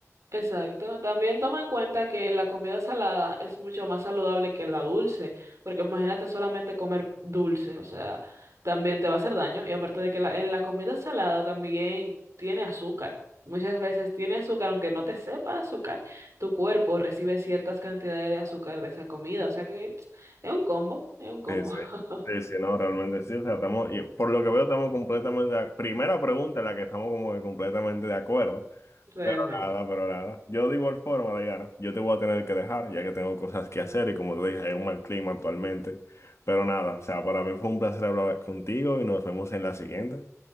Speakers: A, on the right (about 70°); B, on the left (about 60°).
A: exacto. También toma en cuenta que la comida salada es mucho más saludable que la dulce, porque imagínate solamente comer dulce, o sea, también te va a hacer daño. Y aparte de que la- en la comida salada también tiene azúcar. Muchas veces tiene azúcar, aunque no te sepa azúcar, tu cuerpo recibe ciertas cantidades de azúcar de esa comida, o sea que es un combo, es un combo,
B: Sí, sí.
A: <laughs>
B: Sí, sí, no, realmente sí. O sea, estamos, y por lo que veo, estamos completamente, de ac- primera pregunta en la que estamos como que completamente de acuerdo.
A: realmente.
B: Pero nada, pero nada. Yo de igual forma, Dayana, yo te voy a tener que dejar, ya que tengo cosas que hacer y como te dije, hay un mal clima actualmente. Pero nada, o sea, para mí fue un placer hablar contigo y nos vemos en la siguiente.